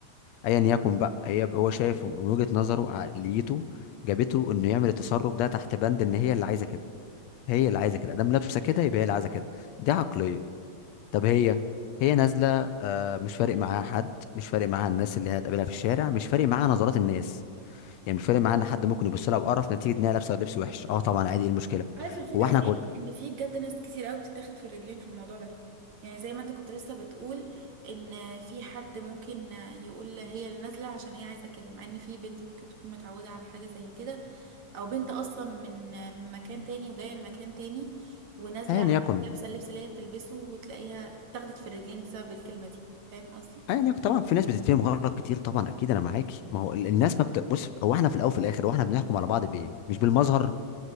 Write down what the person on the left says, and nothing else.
ايا يكن بقى هي هو شايف من وجهه نظره عقليته جابته انه يعمل التصرف ده تحت بند ان هي اللي عايزه كده هي اللي عايزه كده ادام لابسه كده يبقى هي اللي عايزه كده دي عقليه طب هي هي نازله آه، مش فارق معاها حد مش فارق معاها الناس اللي هتقابلها في الشارع مش فارق معاها نظرات الناس يعني مش فارق معاها ان حد ممكن يبص لها بقرف نتيجه ان هي لابسه لبس وحش اه طبعا عادي ايه المشكله
هو احنا
كل
ايا يكن
ايا يكن طبعا في ناس بتتفهم غلط كتير طبعا اكيد انا معاكي ما هو ال- الناس ما بت... بص هو احنا في الاول وفي الاخر هو احنا بنحكم على بعض بايه مش بالمظهر